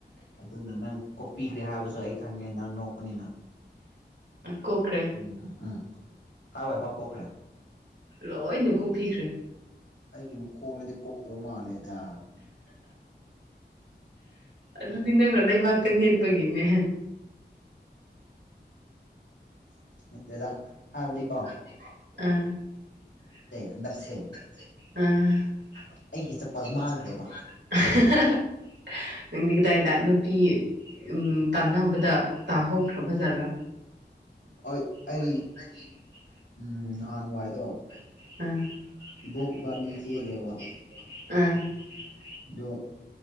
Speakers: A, on the left; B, on the right.
A: ꯑꯗꯨꯅ ꯅꯪ ꯀꯣꯛꯄꯤꯈ꯭ꯔꯦ ꯍꯥꯏꯕꯁꯨ ꯑꯩ ꯈꯪꯉꯦ ꯅꯪ ꯅꯣꯛꯄꯅꯤꯅ
B: ꯀꯣꯈ꯭ꯔꯦ
A: ꯎꯝ ꯎꯝ ꯀꯥꯏꯋꯥꯏꯐꯥꯎ ꯀꯣꯛꯈ꯭ꯔꯦ
B: ꯂꯣꯏꯅ ꯀꯣꯛꯄꯤꯈ꯭ꯔꯦ
A: ꯑꯩꯒꯤ ꯈꯣꯡꯉꯗꯤ ꯀꯣꯛꯇꯕ ꯃꯥꯜꯂꯦꯗ
B: ꯑꯗꯨꯗꯤ ꯅꯪꯅ ꯂꯩꯕꯥꯛꯇ ꯅꯦꯠꯄꯒꯤꯅꯦ
A: <unintelligible> ꯍꯥꯥꯕꯔꯤ ꯀꯣ
B: ꯎꯝ
A: ꯍꯟꯗꯛꯁꯦ
B: ꯑꯥ
A: ꯑꯩꯒꯤ
B: <unintelligible>
A: ꯆꯄꯜ ꯃꯥꯡꯈ꯭ꯔꯦꯕ
B: ꯅꯨꯡꯗꯤ ꯀꯗꯥꯏꯗ ꯅꯨꯄꯤ ꯎꯝ ꯇꯥꯟꯅꯕꯗ ꯇꯥꯍꯧꯈ꯭ꯔꯕꯖꯥꯠꯅ
A: ꯍꯣꯏ ꯑꯩ
B: <unintelligible>
A: ꯎꯝ ꯅꯍꯥꯟꯋꯥꯏꯗꯣ
B: <unintelligible>
A: ꯏꯕꯣꯛ ꯏꯕꯥꯅꯤ ꯆꯦꯜꯂꯦꯕ ꯑꯗꯣ